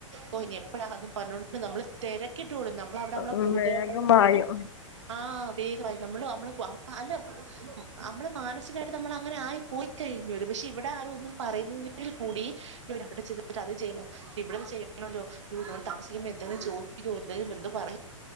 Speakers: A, on the right; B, on the left.
A: ഓ ഇഞ്ഞ് എപ്പഴാ അതും പറഞ്ഞോ ണ്ട് നമ്മള് തിരക്കിട്ടോടും നമ്മളവിട നമ്മള
B: ഉം
A: കൂട്ടുകാരിയോടപ്പം
B: വേഗം പായും
A: ആഹ് വേഗമായി നമ്മള് നമ്മളപ്പൊ അല്ല അമ്മള് മാനസികമായിട്ട് നമ്മള് അങ്ങനെ ആയി പോയി കഴിഞ്ഞൊരുപക്ഷെ ഇവിടെ ആരും ഒന്നും പറയുന്നില്ലെങ്കിൽ കൂടി അവിടെ ചെന്നിട്ട് അത് ചെയ്യണം ഇവിടെന്ന് ചെയ്യണമല്ലോ? അയ്യോ ഞാൻ താമസിക്ക്മ്പൊ എന്തെങ്കിലും ചോദിക്കോ എന്തേലും എന്ത് പറയും